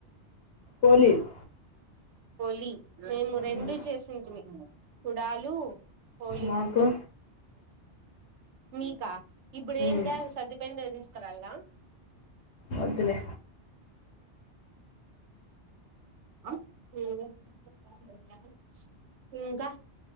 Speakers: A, on the left; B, on the right.
A: పోలీలు
B: లీ మేము రెండు
A: మ్మ్
B: చేసింటి కుడాలు పోలీసుండు
A: మాకు
B: మీకా ఇప్పుడు ఏంది
A: మ్మ్
B: అ సర్దిపోయిన <unintelligible> రదిస్తారలా
A: వద్దులే
B: అ <unintelligible> <inaudible> ఇంకా